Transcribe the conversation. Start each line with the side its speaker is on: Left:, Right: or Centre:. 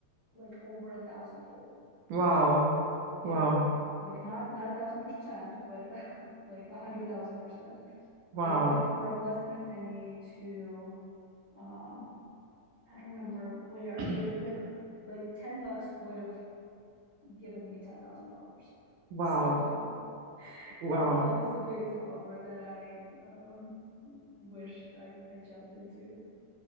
Left: like over a thousand fold.
Right: Wow.
Left: Yeah.
Right: Wow.
Left: Like not not a thousand percent, but <laughs> like a hundred thousand percent.
Right: Wow.
Left: It went from less than a penny to um I don't remember where,
Right: <clears throat>
Left: but it like like 10 bucks would have given me $10,000. <laughs>
Right: Wow.
Left: So
Right: Wow.
Left: that that was the biggest bummer that I um wished I I jumped into.